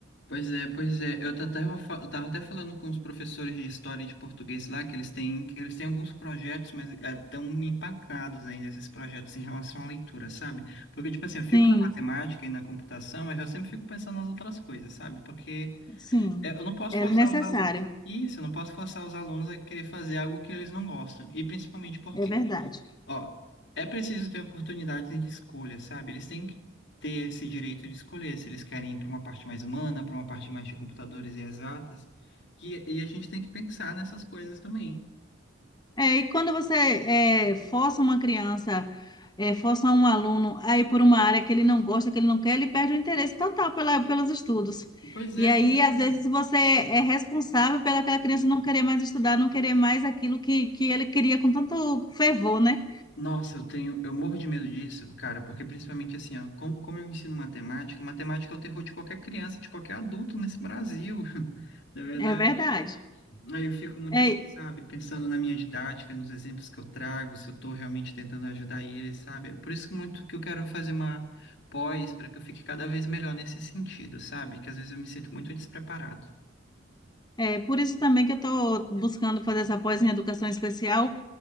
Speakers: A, on the left (about 60°); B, on the left (about 20°).
A: Pois é, pois é. Eu ta- tava, fa- eu tava até falando com os professores de história e de português lá, que eles têm, que eles têm alguns projetos, mas estão empacados ainda esses projetos em relação à leitura, sabe? Porque, tipo assim, eu fico
B: Sim.
A: na matemática e na computação, mas eu sempre fico pensando nas outras coisas, sabe? Porque
B: Sim,
A: é, eu não posso
B: é
A: forçar
B: necessário,
A: os alunos. Isso, eu não posso forçar os alunos a querer fazer algo que eles não gostam. E principalmente porque
B: é verdade.
A: Ó, é preciso ter oportunidades de escolha, sabe? Eles têm que ter esse direito de escolher se eles querem ir para uma parte mais humana, para uma parte mais de computadores e exatas. E, e a gente tem que pensar nessas coisas também.
B: É, e quando você é, força uma criança, é, força um aluno a ir por uma área que ele não gosta, que ele não quer, ele perde o interesse total pela, pelos estudos.
A: Pois é,
B: E aí,
A: com certeza.
B: às vezes, você é responsável pela aquela criança não querer mais estudar, não querer mais aquilo que, que ele queria com tanto fervor, né?
A: Nossa, eu tenho, eu morro de medo disso, cara, porque principalmente assim, ó, como como, eu ensino matemática, matemática é o terror de qualquer criança, de qualquer adulto nesse Brasil, <laughs> na verdade.
B: É verdade.
A: Aí eu fico muito,
B: É,
A: assim, sabe, pensando na minha didática, nos exemplos que eu trago, se eu estou realmente tentando ajudar eles, sabe? Por isso que muito que eu quero fazer uma pós para que eu fique cada vez melhor nesse sentido, sabe? Que às vezes eu me sinto muito despreparado.
B: é por isso também que eu estou buscando fazer essa pós em educação especial,